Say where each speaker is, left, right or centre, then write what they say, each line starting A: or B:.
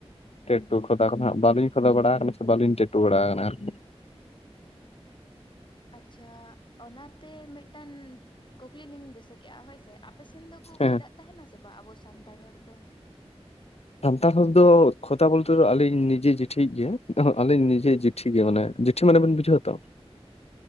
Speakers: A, on the left; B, on the left.
A: ᱴᱮᱴᱩ ᱠᱷᱚᱫᱟ ᱠᱚᱫᱚ ᱵᱟᱹᱞᱤᱧ ᱠᱷᱚᱫᱟ ᱵᱟᱲᱟ ᱟᱠᱟᱱᱟ ᱥᱮ ᱵᱟᱹᱞᱤᱧ ᱴᱮᱴᱩ ᱵᱟᱲᱟ ᱟᱠᱟᱱᱟ ᱟᱨᱠᱤ᱾
B: ᱟᱪᱪᱷᱟ ᱚᱱᱟᱛᱮ ᱢᱤᱫᱴᱟᱝ ᱠᱩᱠᱞᱤ ᱞᱤᱧ ᱫᱤᱥᱟᱹ ᱠᱮᱜᱼᱟ ᱦᱳᱭ ᱥᱮᱼᱼ ᱟᱯᱮ ᱥᱮᱱ ᱫᱚᱠᱚ
A: ᱦᱮᱸ
B: ᱠᱷᱚᱫᱟᱜ ᱛᱟᱦᱮᱱᱟ ᱥᱮ ᱵᱟᱝ ᱟᱵᱚ ᱥᱟᱱᱛᱟᱲ ᱦᱚᱲ ᱫᱚ?
A: ᱥᱟᱱᱛᱟᱲ ᱦᱚᱲ ᱫᱚ ᱠᱷᱚᱛᱟ ᱵᱚᱞᱛᱮ ᱫᱚ ᱟᱹᱞᱤᱧ ᱱᱤᱡᱮ ᱡᱤᱴᱷᱤᱭᱤᱡ ᱜᱮ ᱟᱹᱞᱤᱧ ᱱᱤᱡᱮ ᱴᱷᱤᱠ ᱜᱮᱭᱟ ᱢᱟᱱᱮ ᱡᱮᱴᱷᱤ ᱢᱟᱱᱮ ᱵᱤᱱ ᱵᱩᱡᱷᱟᱹᱣ ᱛᱚᱼᱼ